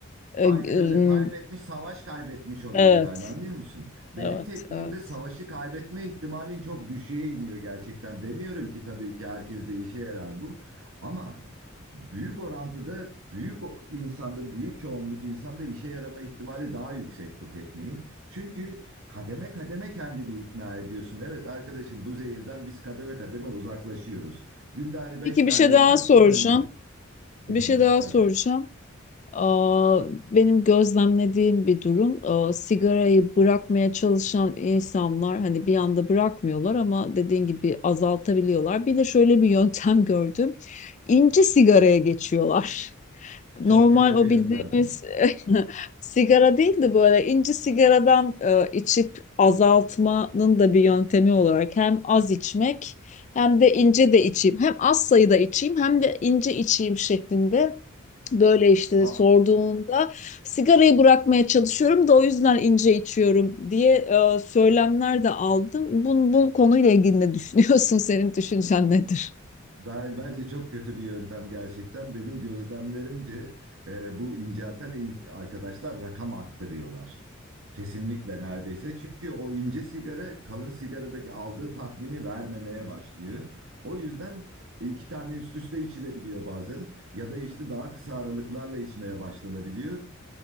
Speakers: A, on the left; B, on the right.
A: E,
B: Aynen
A: e,
B: öyle. Kaybetmiş, savaş kaybetmiş oluyor
A: Evet,
B: yani anlıyor musun? Benim
A: evet,
B: tekniğimde
A: evet.
B: savaşı kaybetme ihtimalin çok düşüğe iniyor gerçekten. Demiyorum ki tabii ki herkes de işe yarar bu. Ama büyük orantıda büyük o- insanda, büyük çoğunluk insanda işe yarama ihtimali daha yüksek bu tekniğin. Çünkü kademe kademe kendini ikna ediyorsun. Evet arkadaşım bu zehirden biz kademe kademe uzaklaşıyoruz. Günde hani 5
A: Peki
B: tane
A: bir şey daha
B: içsem
A: soracağım.
B: ölmem. Hı
A: Bir
B: hı,
A: şey daha
B: tabii.
A: soracağım. Aa, Benim gözlemlediğim bir durum, Aa, sigarayı bırakmaya çalışan insanlar hani bir anda bırakmıyorlar ama dediğin gibi azaltabiliyorlar. Bir de şöyle bir yöntem <laughs> gördüm, İnce sigaraya geçiyorlar. normal
B: Çok kötü
A: o
B: bir yöntem.
A: bildiğimiz <laughs> sigara değil de böyle inci sigaradan e, içip azaltmanın da bir yöntemi olarak hem az içmek hem de ince de içeyim. Hem az sayıda içeyim hem de ince içeyim şeklinde böyle işte
B: <laughs>
A: sorduğunda
B: A-
A: sigarayı bırakmaya çalışıyorum da o yüzden ince içiyorum diye e, söylemler de aldım. Bu, bu konuyla ilgili ne düşünüyorsun? <laughs> Senin düşüncen nedir?
B: Ben bence çok kötü bir yöntem gerçekten. Benim gözlemlerimce e, bu incelten in- arkadaşlar rakam arttırıyorlar. Kesinlikle neredeyse. Çünkü o ince sigara kalın sigaradaki aldığı tatmini vermemeye başlıyor. O yüzden iki tane üst üste içilebiliyor bazen ya da işte daha kısa aralıklarla içmeye başlanabiliyor.